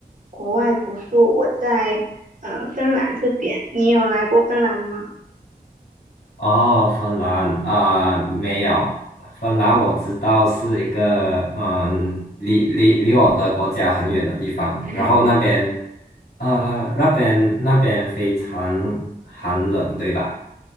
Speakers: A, on the right; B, on the left.
A: 国外读书。我在呃芬兰这边。你有来过芬兰吗？
B: 哦芬兰啊、没有，芬兰我知道是一个嗯离离离我的国家很远的地方，
A: <laughs>
B: 然后那边呃那边那边非常寒冷，对吧？